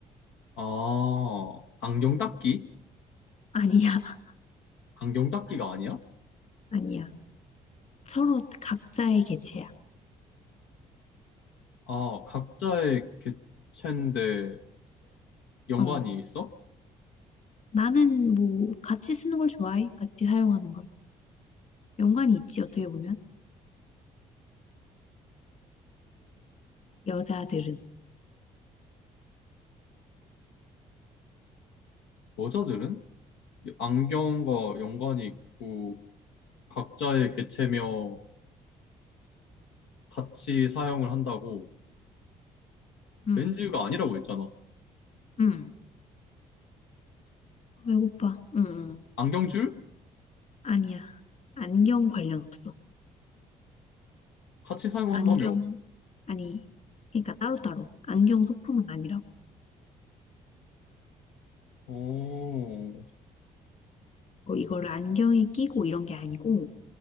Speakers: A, on the left (about 80°); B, on the left (about 45°).
A: 아, 안경 닦기?
B: 아니야, <laughs>
A: 안경 닦기가 아니야?
B: 아니야. 서로 각자의 개체야.
A: 아, 각자의 개체인데 연관이
B: 어,
A: 있어?
B: 나는 뭐, 같이 쓰는 걸 좋아해. 같이 사용하는 걸. 연관이 있지, 어떻게 보면? 여자들은.
A: 여자들은? 안경과 연관이 있고 각자의 개체며 같이 사용을 한다고
B: 응,
A: 렌즈가 아니라고 했잖아.
B: 응. 배고파. 응, 응.
A: 안경줄?
B: 아니야. 안경 관련 없어.
A: 같이 사용한다며.
B: 안경, 아니, 그러니까 따로따로. 안경 소품은 아니라고.
A: 어,
B: 뭐 이걸 안경에 끼고 이런 게 아니고,